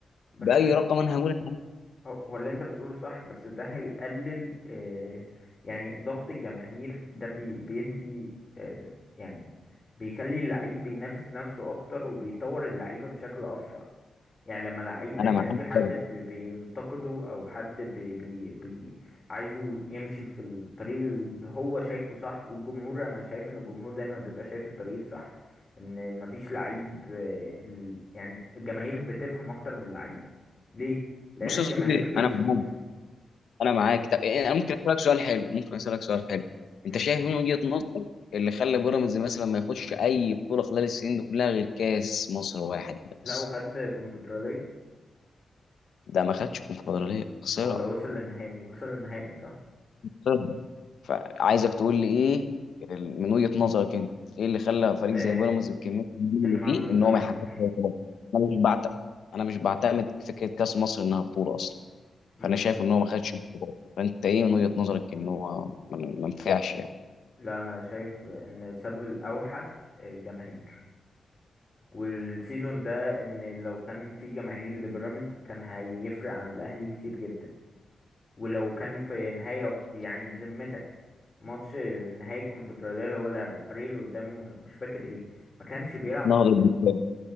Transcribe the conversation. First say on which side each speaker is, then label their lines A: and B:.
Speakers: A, on the left; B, on the left.
A: بس
B: باي
A: حاسس
B: رقم انا هقول
A: هو هو اللي انت بتقوله صح بس ده هيقلل آه، يعني ضغط الجماهير ده بي- بيدي آه، يعني بيخلي اللعيب بينافس نفسه اكتر وبيطور اللعيبة بشكل اسرع يعني لما لعيب ما
B: انا
A: يبقاش
B: معاك
A: في حد بي- بينتقده او حد بي بي بي عايزه يمشي في الطريق اللي هو شايفه صح والجمهور انا شايف ان الجمهور دايما بيبقى شايف الطريق الصح ان مفيش لعيب آه، ال- يعني الجماهير بتفهم اكتر من اللعيبه ليه لان
B: بص
A: الجماهير
B: يا صديقي
A: بيشوف
B: انا معاك انا معاك
A: ال-
B: طب إيه، انا ممكن اسالك سؤال حلو ممكن اسالك سؤال حلو انت
A: مم.
B: شايف إيه من وجهة نظرك اللي خلى بيراميدز مثلا ما ياخدش اي بطولة خلال السنين دي كلها غير كاس مصر واحد
A: لا
B: بس
A: وخد كونفدراليه
B: ده ما خدش كونفدرالية خسرها
A: ولا وصل لنهائي وصل لنهائي صح
B: خسرها. فعايزك تقول لي ايه ال- من وجهة نظرك انت ايه اللي خلى فريق
A: آه
B: زي بيراميدز بكمية النجوم اللي
A: ان ما
B: فيه
A: عندوش
B: ان
A: جماهير
B: هو ما يحققش أي بطولة؟ انا مش بعت... انا مش بعتمد فكرة كاس مصر انها بطولة اصلا
A: مم.
B: فانا شايف ان هو ما خدش البطولة. فانت ايه من وجهة نظرك ان هو ما ما نفعش يعني
A: لا انا شايف ان السبب الاوحد آه، جماهير والسيزون ده ان لو كان في جماهير لبيراميدز كان هيفرق عن الاهلي كتير جدا ولو كان في نهاية يعني بذمتك ماتش نهائي الكونفدرالية اللي هو لعبه الفريق اللي قدامه مش مش فاكر ايه ما كانش بيلعب كورة
B: نهضة بركان